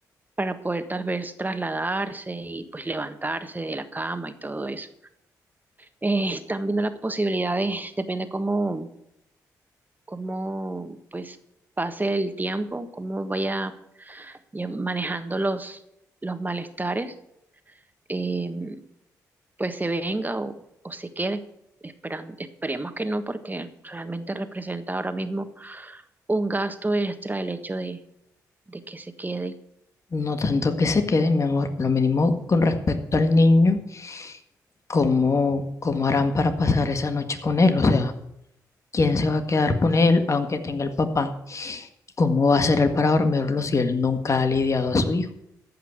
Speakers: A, on the right; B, on the left.
A: para poder tal vez trasladarse y pues levantarse de la cama y todo eso. Eh, están viendo la posibilidad de, depende cómo, cómo pues pase el tiempo, cómo vaya lle- manejando los, los malestares, eh, pues se venga o, o se quede. Esperan- esperemos que no, porque realmente representa ahora mismo un gasto extra el hecho de, de que se quede
B: No tanto que se quede, mi amor. Lo mínimo con respecto al niño, ¿cómo, cómo harán para pasar esa noche con él? O sea, ¿quién se va a quedar con él aunque tenga el papá? ¿Cómo va a ser él para dormirlo si él nunca ha lidiado a su hijo?